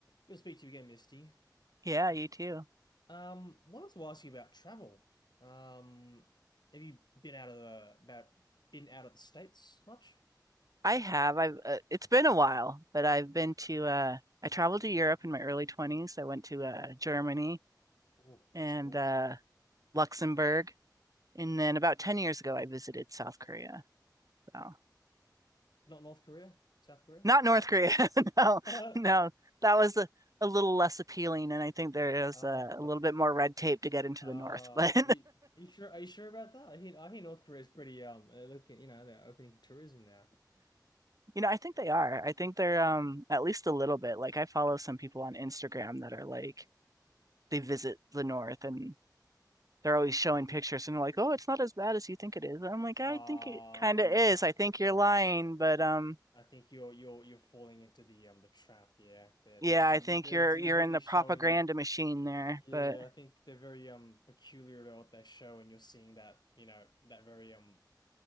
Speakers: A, on the left; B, on the right.
A: Good to speak to you again, Misty.
B: Yeah, you too.
A: Um, wanted to ask you about travel. Um, have you been out of the about been out of the States much?
B: I have. I've. Uh, it's been a while, but I've been to. Uh, I traveled to Europe in my early twenties. I went to uh, Germany
A: Oh,
B: and
A: that's cool.
B: uh, Luxembourg, and then about ten years ago, I visited South Korea. So
A: Not North Korea, South Korea.
B: not North Korea. <laughs> No,
A: <laughs>
B: no, that was a, a little less appealing, and I think there is
A: Oh,
B: uh, a little bit more red tape to get into
A: oh, are
B: the North. <laughs> But
A: you, are you sure? Are you sure about that? I hear, I hear North Korea's pretty um uh, looking. You know, they're opening for tourism now.
B: you know, I think they are. I think they're um at least a little bit. Like I follow some people on Instagram that are like. They visit the north and they're always showing pictures and they're like, "Oh, it's not as bad as you think it is." I'm like,
A: Uh
B: "I think it kind
A: yeah,
B: of is.
A: I
B: I think
A: think
B: you're
A: um
B: lying, but um
A: I think you're you're you're falling into the um the trap. Yeah, they're
B: yeah,
A: they're del
B: I think
A: they're
B: you're
A: deliberately
B: you're in the
A: showing
B: propaganda
A: you.
B: machine there,
A: Yeah,
B: but
A: I think they're very um peculiar about what they show, and you're seeing that, you know, that very um